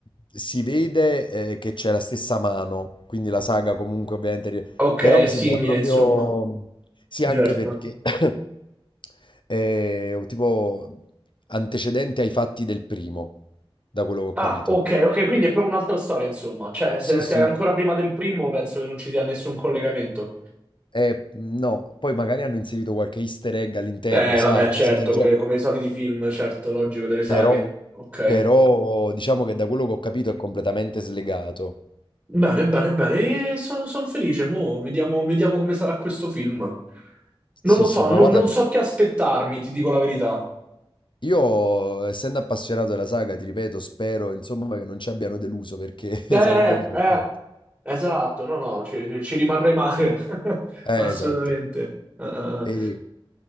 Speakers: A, on the left; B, on the right.
A: si vede eh, che c'è la stessa mano, quindi la saga comunque ovviamente... ri-
B: Ok,
A: Però
B: è
A: mi
B: simile,
A: sembra proprio...
B: insomma.
A: Sì,
B: Diverso.
A: anche perché <coughs> è un tipo antecedente ai fatti del primo, da quello che ho
B: Ah,
A: capito.
B: ok, ok, quindi è proprio un'altra storia, insomma. Cioè,
A: Sì,
B: se, se
A: sì.
B: è ancora prima del primo, penso che non ci sia nessun collegamento.
A: Eh, no, poi magari hanno inserito qualche easter egg all'interno,
B: Eh,
A: sai,
B: vabbè, certo,
A: cose del genere.
B: come, come i soliti film, certo, logico delle saghe.
A: Però,
B: Ok.
A: però diciamo che da quello che ho capito è completamente slegato.
B: Bene, bene, bene. E sono felice. Mo' vediamo, vediamo come sarà questo film. Non
A: Sì,
B: lo
A: sì,
B: so, non,
A: ma guarda,
B: non so che aspettarmi, ti dico la verità.
A: io essendo appassionato della saga, ti ripeto, spero insomma che non ci abbiano deluso perché <laughs>
B: Eh,
A: sarebbe un peccato.
B: eh, esatto, no, no, ci, ci- ci rimarrei male. <laughs>
A: Eh,
B: Assolutamente.
A: esatto.
B: Eh, eh, eh.
A: E,